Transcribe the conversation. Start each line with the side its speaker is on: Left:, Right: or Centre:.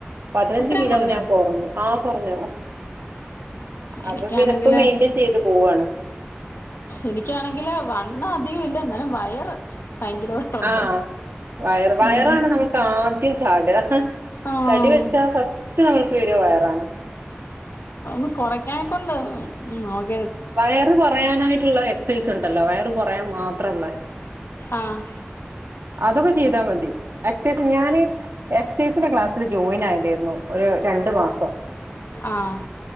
Right: പതിനഞ്ച്
Left: അത്രയും
Right: കിലോ
Left: കുറഞ്ഞോ
Right: ഞാൻ കൊറഞ്ഞു ആ കൊറഞ്ഞു
Left: എനിക്കാണെങ്കില്
Right: അപ്പ പിന്നെ ഇപ്പൊ മെയിന്റെയിൻ ചെയ്ത് പോവാണ്
Left: എനിക്കാണെങ്കില് വണ്ണം അധികം ഇല്ല ന്ന് വയറ് ഭയങ്കരമായിട്ടുണ്ട്
Right: ആഹ് വയർ വയറാണ്
Left: ഉം
Right: നമ്മൾക്ക് ആദ്യം ചാട ഹ് ഹ്
Left: ആഹ്
Right: തടി വെച്ചാ ഫസ്റ്റ് <unintelligible> ങ്ങൾക്ക് വര വയറാണ്
Left: ഒ കൊറയ്ക്കാനൊക്കുണ്ട് <unintelligible>
Right: വയറ് കുറയാനായിട്ടുള്ള എക്സസൈസ് ഉണ്ടല്ലോ വയറ് കുറയാൻ മാത്രല്ല
Left: ആഹ്
Right: അതൊക്കെ ചെയ്താ മതി എക്സസൈസ് ഞാന് <unintelligible> ചേച്ചിന്റെ ക്ലാസ്സിൽ ജോയിൻ ആയി ലേർന്നോ ഒരു രണ്ടു മാസം
Left: ആഹ്